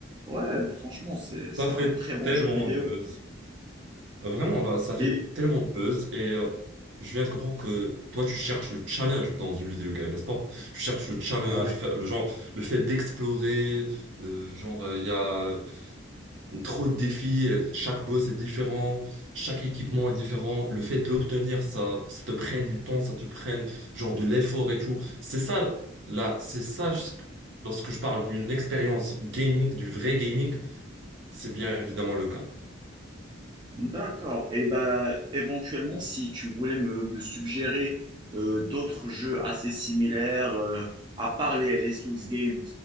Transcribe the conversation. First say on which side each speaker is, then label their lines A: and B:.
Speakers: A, on the right; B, on the right.
A: ouais, franchement, c'est, c'est
B: Ça fait
A: un très bon
B: tellement
A: jeu vidéo.
B: le buzz. Euh, Vraiment, là, ça fait
A: Et,
B: tellement le buzz. Et euh, je viens de comprendre que toi, tu cherches le challenge dans une vidéo game, n'est-ce pas? Tu cherches le challenge,
A: ouais,
B: fa- le genre, le fait d'explorer. euh, genre, il y a trop de défis, euh, chaque boss est différent, chaque équipement est différent. Le fait de l'obtenir, ça, ça te prenne du temps, ça te prenne genre de l'effort et tout. C'est ça, là, c'est ça, ce que- lorsque je parle d'une expérience gaming, du vrai gaming, c'est bien évidemment le cas.
A: d'accord. Et ben, éventuellement, si tu voulais me, me suggérer euh, d'autres jeux assez similaires, euh, à part les, les Souls Games